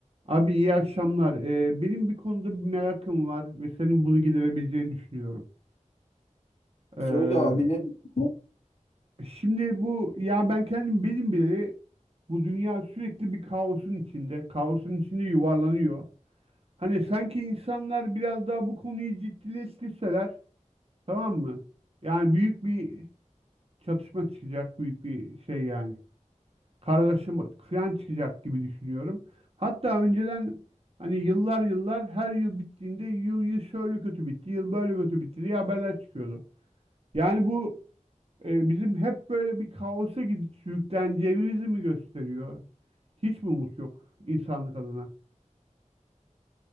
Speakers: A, on the right; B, on the left.
A: Abi iyi akşamlar. Ee, benim bir konuda bir merakım var ve senin bunu giderebileceğini düşünüyorum. Ee,
B: Söyle abi ne diyorsun?
A: şimdi bu ya ben kendim benim bile bu dünya sürekli bir kaosun içinde, kaosun içinde yuvarlanıyor. Hani sanki insanlar biraz daha bu konuyu ciddileştirseler, tamam mı? Yani büyük bir çatışma çıkacak, büyük bir şey yani. kargaşa kıyan çıkacak gibi düşünüyorum. Hatta önceden hani yıllar yıllar her yıl bittiğinde yıl, yıl şöyle kötü bitti, yıl böyle kötü bitti diye haberler çıkıyordu. Yani bu e, bizim hep böyle bir kaosa gidip sürükleneceğimizi mi gösteriyor? Hiç mi umut yok insanlık adına?